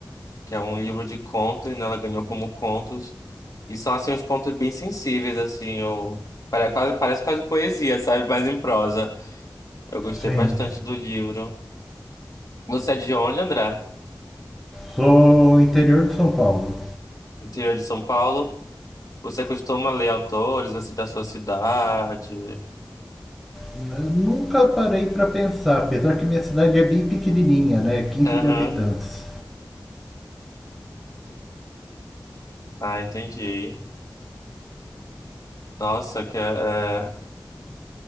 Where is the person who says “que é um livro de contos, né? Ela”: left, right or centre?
Left